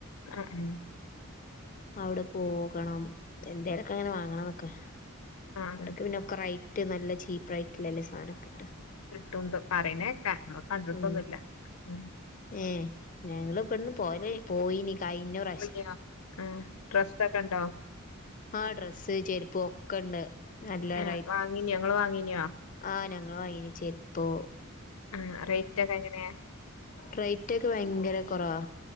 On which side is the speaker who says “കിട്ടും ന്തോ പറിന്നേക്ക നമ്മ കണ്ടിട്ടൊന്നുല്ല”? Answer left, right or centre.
Left